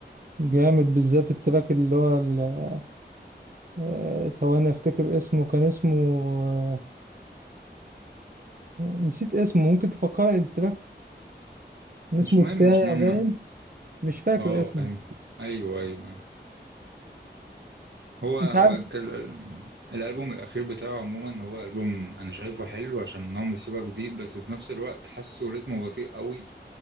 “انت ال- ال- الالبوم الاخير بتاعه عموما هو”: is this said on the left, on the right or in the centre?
Right